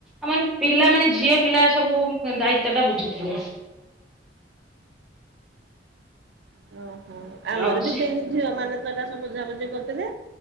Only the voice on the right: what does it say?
ଓ। ହ ଆମର
ବି
ସେଇ ଝିଅ ମାନେ ତ ଏରା ବୋଝାବୁଝି କରିଥିଲେ